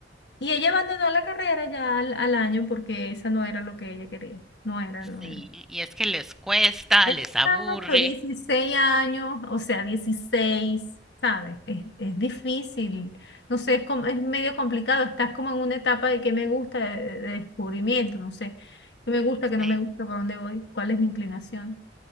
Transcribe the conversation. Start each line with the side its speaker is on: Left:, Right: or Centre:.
Left: Y ella abandonó la carrera ya al, al año porque esa no era lo que ella quería. No era, no
Centre: sí,
Left: era.
Centre: y es que les cuesta,
Left: Exacto,
Centre: les aburre.
Left: 16 años, o sea, dieciséis ¿sabes? Es, es difícil, no sé, es, como- es medio complicado, estás como en una etapa de qué me gusta, de, de- de descubrimiento, no sé, qué me gusta, qué
Centre: Sí,
Left: no me gusta, por dónde voy, cuál es mi inclinación,